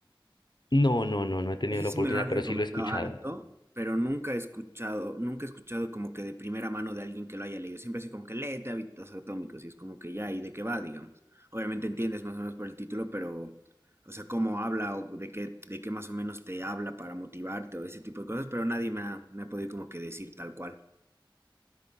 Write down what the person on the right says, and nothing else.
Ese
sí
me lo han
recomendado
harto, pero nunca he escuchado, nunca he escuchado como que de primera mano de alguien que lo haya leído. Siempre así como que léete Hábitos Atómicos y es como que ya, ¿y de qué va, digamos? Obviamente entiendes más o menos por el título, pero, o sea, cómo habla o de qué, de qué más o menos te habla para motivarte o ese tipo de cosas, pero nadie me ha, me ha podido como que decir tal cual.